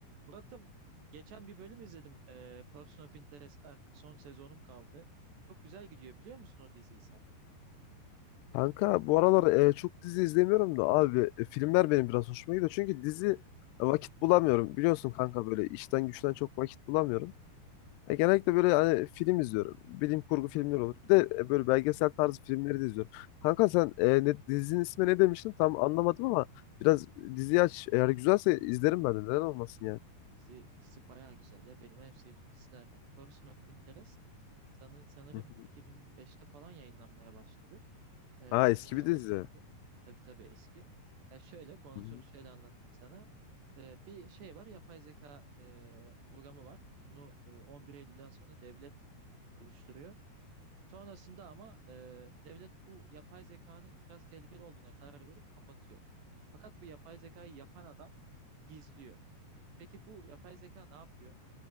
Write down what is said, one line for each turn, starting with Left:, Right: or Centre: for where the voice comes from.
Right: Murat'ım geçen bir bölüm izledim. Ee, Person of Interest'te artık son sezonum kaldı. Çok güzel gidiyor biliyor musun o diziyi sen?
Left: Kanka bu aralar e, çok dizi izlemiyorum da abi e, filmler benim biraz hoşuma gidiyor. Çünkü dizi
Right: Hmm.
Left: e, vakit bulamıyorum. Biliyorsun kanka böyle işten güçten çok vakit bulamıyorum. E, genellikle böyle hani film izliyorum. Bilim kurgu filmleri olur. Bir de e, böyle belgesel tarzı filmleri de izliyorum. Kanka sen e, ne, dizinin ismi ne demiştin? Tam anlamadım ama biraz diziyi aç. Eğer güzelse izlerim ben de. Neden olmasın yani?
Right: Dizi, dizi bayağı güzel ya. Benim en sevdiğim dizilerden. Person of Interest sanı- sanırım
Left: Hı hı.
Right: 2005'te falan yayınlanmaya başladı. Ee,
Left: Ha eski
Right: bayağı
Left: bir dizi.
Right: da sürdü.
Left: Hı
Right: Tabii tabii eski. Ya şöyle konusunu
Left: hı.
Right: şöyle anlatayım sana. Ee, bir şey var yapay zeka e, programı var. Bunu e, 11 Eylül'den sonra devlet oluşturuyor. Sonrasında ama e, devlet bu yapay zekanın biraz tehlikeli olduğuna karar verip kapatıyor. Fakat bu yapay zekayı yapan adam gizliyor. Şimdi peki bu yapay zeka ne yapıyor?